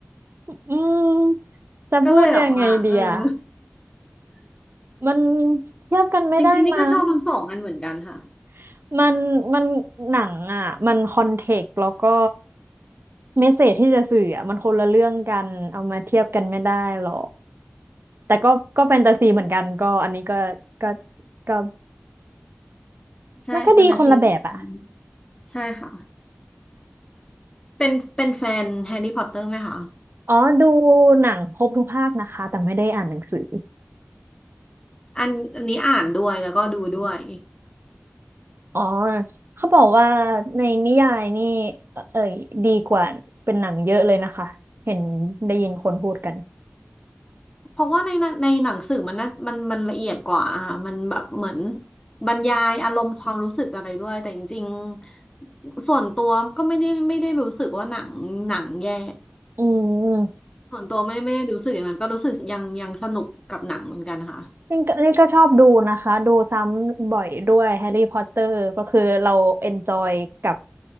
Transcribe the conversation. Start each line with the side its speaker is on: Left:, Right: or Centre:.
Right: อืมจะพูดยังไงดีอะ
Left: ก็เลยแบบว่าเออ <laughs>
Right: มันเทียบกันไม่ได้มั้ง
Left: จริงๆนี่ก็ชอบทั้งสองอันเหมือนกันค่ะ
Right: <laughs> มันมันหนังอ่ะมันคอนเทกต์แล้วก็เมสเสจที่จะสื่ออ่ะมันคนละเรื่องกันเอามาเทียบกันไม่ได้หรอก แต่ก็ก็แฟนตาซีเหมือนกันก็อันนี้ก็ก็ก็
Left: ใช่แฟนตาซีเหมือนกัน
Right: มันก็ดีคนละแบบอ่ะ
Left: ใช่ค่ะเป็นเป็นแฟนแฮร์รี่พอตเตอร์ไหมคะ
Right: อ๋อดูหนังครบทุกภาคนะคะแต่ไม่ได้อ่านหนังสือ
Left: อันอันนี้อ่านด้วยแล้วก็ดูด้วย
Right: อ๋อเขาบอกว่าในนิยายนี่เอ่อเอ่ยดีกว่าเป็นหนังเยอะเลยนะคะเห็นได้ยินคนพูดกัน
Left: เพราะว่าในหนังในหนังสือมันน่ามันมันละเอียดกว่าอ่ะมันแบบเหมือนบรรยายอารมณ์ความรู้สึกอะไรด้วยแต่จริงๆส่วนตัวก็ไม่ได้ไม่ได้รู้สึกว่าหนังหนังแย่
Right: อืม
Left: ส่วนตัวไม่ไม่ได้รู้สึกอย่างนั้นก็รู้สึกยังยังสนุกกับหนังเหมือนกันค่ะ
Right: นี่ก็นี่ก็ชอบดูนะคะดูซ้ำบ่อยด้วยแฮร์รี่พอตเตอร์ก็คือเราเอนจอยกับ